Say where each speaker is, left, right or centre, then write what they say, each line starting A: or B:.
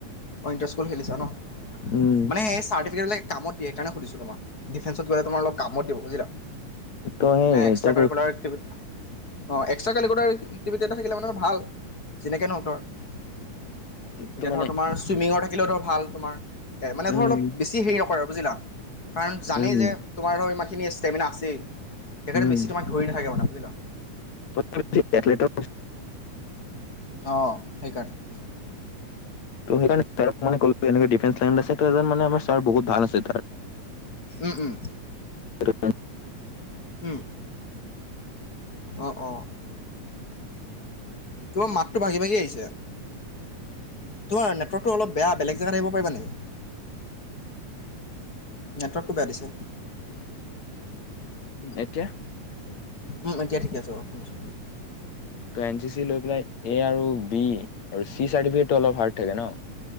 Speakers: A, on the left; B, on the left.
A: অ' ইণ্টাৰ স্কুল খেলিছা ন',
B: উম
A: মানে এই চাৰ্টিফিকেটবিলাক কামত দিয়ে সেইকাৰণে সুধিছোঁ তোমাক, ডিফেন্সত গ'লে তোমাৰ অলপ কাম দিব বুজিলা।
B: ত সেই
A: নাই এক্সট্ৰা
B: তাকে
A: কাৰিকুলাৰ এক্টিভিটি অ' এক্সট্ৰা কেৰিকুলাৰ এক্টিভিটি এটা থাকিলে মানে ভাল, যেনেকৈ নহক আৰু। এতিয়া
B: ত মানে
A: ধৰ তোমাৰ, চুইমিংৰ থাকিলেও ধৰ ভাল তোমাৰ, মানে
B: উম
A: ধৰ অলপ বেছি হেৰি নকৰে আৰু বুজিলা। কাৰণ জানেই
B: উম
A: যে, তোমাৰ ধৰ ইমানখিনি ষ্টেমিনা আছেই। সেইকাৰণে
B: উম
A: বেছি তোমাক ধৰি নাথাকে মানে বুজিলা।
B: <unintelligible>
A: অ' সেইকাৰণে
B: ত' সেই কাৰণে তেওঁক মানে কলোঁগে এনেকে ডিফেন্স লাইন আছে, ত' এজন মানে আমাৰ ছাৰ বহুত ভাল আছে।
A: উম, উম,
B: <unintelligible>
A: উ'ম অ', অ'। তোমাৰ মাতটো ভাঙি, ভাঙি আহিছে। তোমাৰ নেটৱৰ্কটো অলপ বেয়া, বেলেগ জেগাত আহিব পাৰিবা নেকি, নেটৰ <unintelligible> দিছে।
B: এতিয়া?
A: উম, এতিয়া ঠিকে আছে বাৰু, শুনিছো।
B: ত' এন চি চি লৈ পেলাই এ আৰু বি আৰু চি চাৰ্টিফিকেটটো অলপ হাৰ্ড থাকে ন'।